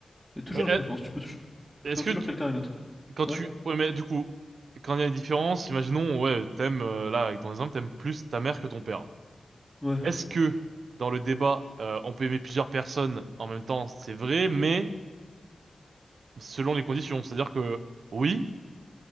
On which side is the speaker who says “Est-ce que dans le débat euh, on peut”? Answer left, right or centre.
Right